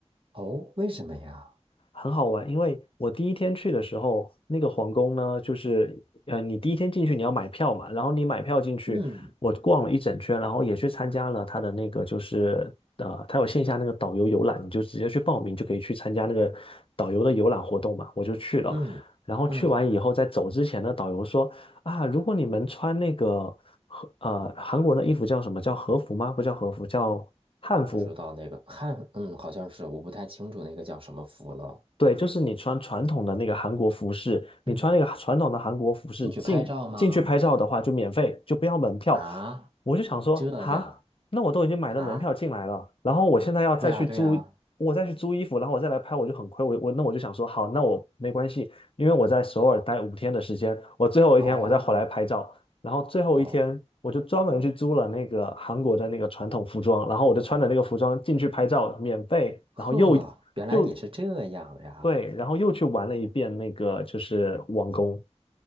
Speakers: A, on the right; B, on the left.
A: 哦，为什么呀？
B: 很好玩，因为我第一天去的时候，那个皇宫呢，就是呃，你第一天进去你要买票嘛，然后你买票进去，
A: 嗯。
B: 我逛了一整圈，然后也去参加了他的那个就是呃，他有线下那个导游游览，你就直接去报名就可以去参加那个导游的游览活动嘛，我就去了。
A: 嗯嗯，
B: 然后去完以后，在走之前呢，导游说啊，如果你们穿那个和呃韩国的衣服叫什么叫和服吗？不叫和服，叫汉服。
A: 不知道那个汉，嗯，好像是，我不太清楚那个叫什么服了。
B: 对，就是你穿传统的那个韩国服饰，你穿那个传统的韩国服饰进进去拍照的话，
A: 嗯，进去拍照吗？
B: 就免费，就不要门票。
A: 啊，
B: 我就想说，
A: 这样
B: 哈，那我都已经买了门票进来了，
A: 啊？
B: 然后我现在要再去租，
A: 对呀对呀。
B: 我再去租衣服，然后我再来拍，我就很亏。我我那我就想说，好，那我没关系，因为我在首尔待五天的时间，我最后一天我再回来拍照，
A: 哦
B: 然后最后一天我就专门去租了那个韩国的那个传统服装，
A: 哦，
B: 然后我就穿着那个服装进去拍照，免费，
A: 呵，
B: 然后又。
A: 原来你是这样呀。
B: 又对，然后又去玩了一遍那个就是王宫，